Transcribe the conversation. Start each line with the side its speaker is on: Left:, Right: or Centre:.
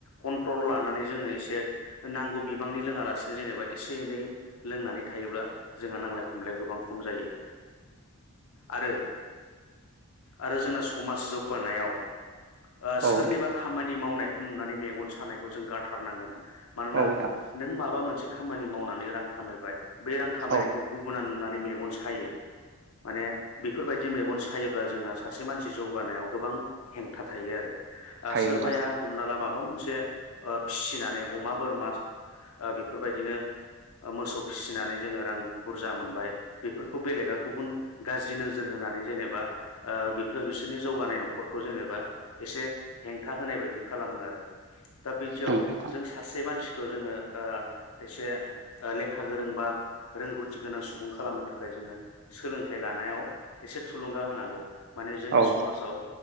Left: कन्ट्रल लानानै जोङो एसे नांगौ बिबांनि लोङालासिनो जेनेबा एसे एनै लोंनानै थायोब्ला जोंहा नांलाय खमलाया गोबां खम जायो आरो आरो जोंना समाज जौगानायाव ओ
Right: औ
Left: सोरनिबा
Right: नोंथां
Left: खामानि मावनाय बेखौ नुनानै मेगन सानायखौ जों गाराथारनांगोन। मानोना
Right: औ नोंथां
Left: नों माबा मोनसे खामानि मावनानै रां खामायबाय। बे रां खामायनायखौ
Right: औ
Left: गुबुुनना नुनानै मेगन सायो माने बेफोरबायदि मेगन सायोब्ला जोंहा सासे मानसि जौगानायाव गोबां हेंथा थायो आरो
Right: थायो
Left: सोरबाया
Right: नोंथां
Left: हमना ला माबा माबा मोनसे ओ फिसिनानै अमा बोरमा ओ बेफोरबायदिनो मोसौ फिसिनानै जोङो रां बुरजा मोनबाय। बेफोरखौ बेलेगा गुबुन गाज्रि नोजोर होनानै जेनेबा ओ बेफोर बिसोरनि जौगानाय नखरखौ जेनेबा एसे हेंथा होनाय बायदि खालामो आरो। दा बिदियाव
Right: नंगौ नोंथां
Left: जों सासे मानसि थ' जोङो ओ एसे लेखा गोरों बा रोंगौथि गोनां सुबुं खालामनो थाखाय जोङो सोलोंथाइ लानायाव एसे थुलुंगा होनांगौ। माने जोंनि
Right: औ
Left: समाजाव